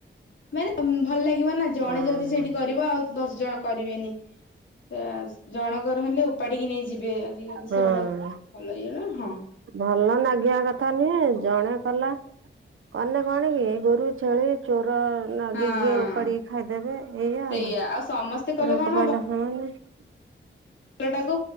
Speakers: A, on the left (about 70°); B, on the right (about 90°).
A: ମାନେ ଭଲ ଲାଗିବ ନା ଜଣେ
B: ଓହୋ
A: ଯଦି ସେଇଠି କରିବ ଆଉ ଦଶ ଜଣ କରିବେନି ହେଁଆସ ଜଣଙ୍କର ହେଲେ ଉପାଡିକି ନେଇଯିବେ ଆଜିକାଲି
B: ହଁ
A: ସେଗୁଡା। ଭଲଲାଗିବ ନା ହଁ।
B: ଭଲ ନାଗିବା କଥା ନୁହେଁ ଜଣେ କଲା କନେ କଣ କି ଗୋରୁ, ଛେଳି ଚୋର ନାଗିକି
A: ହଁ।
B: ଉପାଡିକି ଖାଇଦେବେ ଏଇଆ
A: ସେଇଆ
B: ଆଉ
A: ସମସ୍ତେ କଲେ କଣ
B: <unintelligible>
A: ଫଲ ଟାକୁ